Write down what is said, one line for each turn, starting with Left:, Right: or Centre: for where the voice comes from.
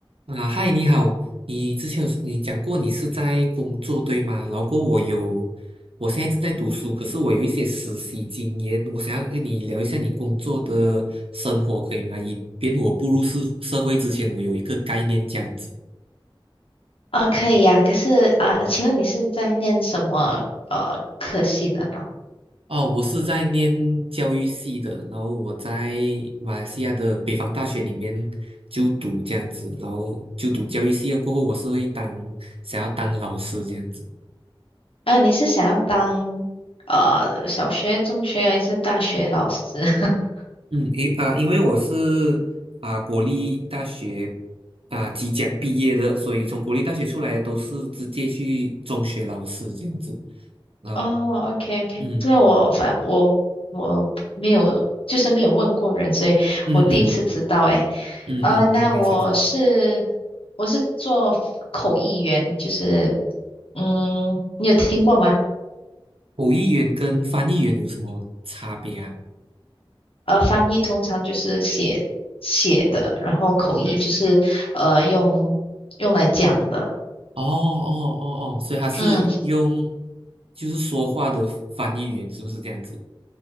Right: 啊，嗨，你好，你之前有你讲过你是在工作对吗？然后过后我有，我现在正在读书，可是我有一些实习经验，我想要跟你聊一下你工作的生活，可以吗？以便我步入社社会之前，我有一个概念这样子。
Left: 啊，可以呀、可是啊、呃请问你是在念什么呃科系的呢？
Right: 哦，我是在念教育系的，然后我在马来西亚的北方大学里面就读这样子，然后就读教育系了过后，我是会当想要当老师这样子。
Left: 呃，你是想要当呃小学、中学还是大学老师？<laughs>
Right: 嗯，因啊，因为我是啊国立大学啊即将毕业的，所以从国立大学出来的都是直接去中学老师这样子啊，
Left: 哦，OK OK，
Right: 嗯
Left: 这个我反我我没有，就是没有问过人，所以我第一次知道诶。
Right: 嗯嗯嗯嗯，
Left: 呃，那我是
Right: 没没事。
Left: 我是做口译员，就是嗯，你有听过吗？
Right: 口译员跟翻译员有什么差别啊？
Left: 呃，翻译通常就是写写的，然后口译就是呃用用来讲的。
Right: 哦哦哦哦，所以他是用
Left: 嗯，
Right: 就是说话的翻译员，是不是这样子？